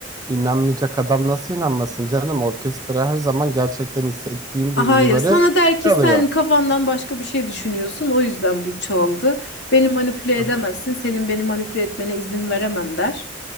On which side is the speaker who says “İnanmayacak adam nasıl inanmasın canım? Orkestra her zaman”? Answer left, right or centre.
Right